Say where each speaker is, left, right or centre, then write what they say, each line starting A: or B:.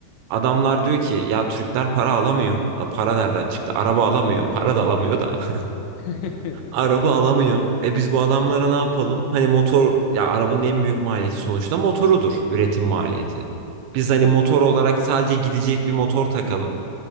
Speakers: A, on the right; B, on the left.
A: Adamlar diyor ki ya Türkler para alamıyor. A, Para nereden çıktı? Araba alamıyor. Para da alamıyor da. <laughs>
B: <laughs>
A: Araba alamıyor. E biz bu adamlara ne yapalım? Hani motor ya arabanın en büyük maliyeti sonuçta motorudur. Üretim maliyeti. Biz hani
B: Tabii
A: motor
B: ki.
A: olarak sadece gidecek bir motor takalım.